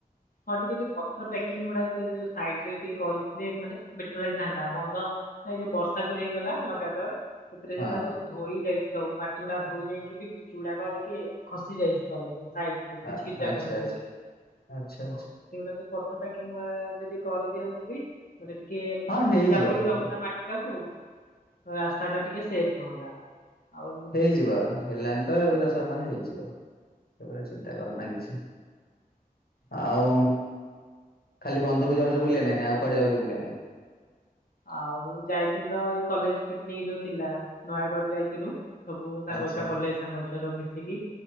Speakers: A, on the left; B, on the left.
A: ହଁ ଟିକେ ଯୋଉ ପଥର ପେକିଂ ଗୁଡା ସେ ଯୋଉ ସାଇଡ ରେ ଟିକେ କରିଥିଲେ ମାନେ ବେଟର ହେଇଥାନ୍ତା ବନ୍ଧ ଏ ଏଇ ଯୋଉ ବର୍ଷା ଯୋଉ ହେଇଗଲା ଲଗାତାର ସେଥିରେ
B: ହଁ
A: ସେଗୁଡା ସବୁ ଧୋଇ ଯାଇଚି। ସବୁ ମାଟି ଗୁଡା ଧୋଇ ଯାଇକି ବି ପିଚୁ ଗୁଡାକ ଟିକେ ଖସି ଯାଇଚି ତଳକୁ ସାଇ
B: ଆ-
A: ଜାଗରେ
B: ଆଚ୍ଛା
A: ମୁଁ
B: ଆଚ୍ଛା
A: ଦେଖେ
B: ଆଚ୍ଛା ଆଚ୍ଛା
A: ହଉ ସେ ଗୁଡ଼ା ଟିକେ ପକି ଯଦି କରିଦିଅ ମାନେ ଟିକେ
B: ହଁ ହେଇଯିବ
A: ଜାବୁଡିକି
B: ହେଇଯିବ
A: ରଖନ୍ତା ମାଟି ଟାକୁ ରାସ୍ତା ଟା ଟିକେ ସେଫ ରୁହନ୍ତା। ଆଉ ଏମିତି
B: ହେଇଯିବ
A: ଯୋଉ
B: ହେଲାଣି ତ ଏଗୁୁରା ସବ ମାନେ ହେଇଯିବ। ସେଭଳିଆ ଚିନ୍ତା କରନା କିଛି,
A: ଉଁ,
B: ଆଉ ଖାଲି ବନ୍ଧକୁ ଯାଉଛ
A: ଆଉ
B: ବୁଲିଆ ନାଗି ନା ଆଉ କୁଆଡେ ଯାଉଛ ବୁଲିଆ ନାଗି?
A: ଆଉ ଯାଇଥିଲୁ ତ ଏଇ କଲେଜ ପିକନିକ୍ ଯୋଉ ଥିଲା ନୟାଗଡ ଯାଇଥିଲୁ। ସବୁ ସାଙ୍ଗଛୁଆ
B: ଆଚ୍ଛା
A: କଲେଜ ସାଙ୍ଗ ଛୁଆ ସବୁ ମିଶିକି